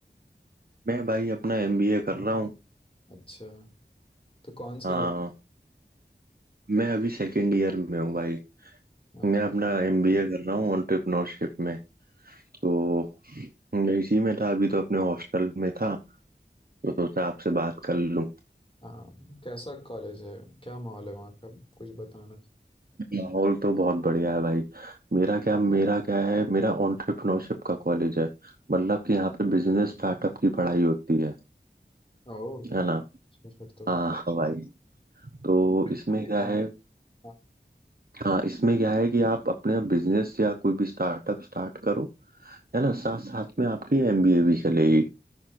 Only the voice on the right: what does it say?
मैं भाई अपना एमबीए कर रहा हूँ
हाँ
मैं अभी सेकंड ईयर में हूँ भाई
मैं अपना एमबीए कर रहा हूँ एंटरप्रेन्योरशिप में तो मैं इसी में था अभी तो अपने हॉस्टल में था तो सोचा आपसे बात कर लूँ
माहौल तो बहुत बढ़िया है भाई मेरा क्या मेरा क्या है मेरा एंटरप्रेन्योरशिप का कॉलेज है मतलब कि यहाँ पे बिजनेस स्टार्टअप की पढ़ाई होती है
है ना
हाँ हाँ भाई तो
इसमें क्या
है
हाँ इसमें क्या है कि आप अपने बिजनेस या कोई भी स्टार्टअप स्टार्ट करो है ना साथ साथ में आपकी एमबीए भी चलेगी